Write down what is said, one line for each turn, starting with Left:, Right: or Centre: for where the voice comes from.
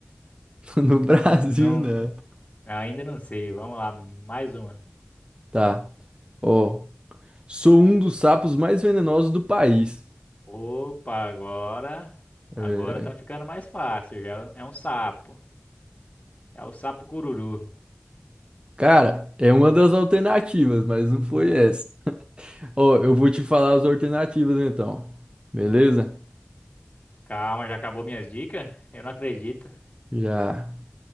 Right: <laughs> No Brasil,
Left: Não,
Right: né?
Left: ainda não sei. Vamos lá, mais uma.
Right: Tá. Ó. Sou um dos sapos mais venenosos do país.
Left: Opa, agora, agora
Right: É,
Left: tá ficando mais fácil. Já é um sapo. É o sapo cururu.
Right: Cara, é uma das alternativas, mas não foi essa. Ó, eu vou te falar as alternativas então. Beleza?
Left: Calma, já acabou minhas dicas? Eu não acredito.
Right: Já.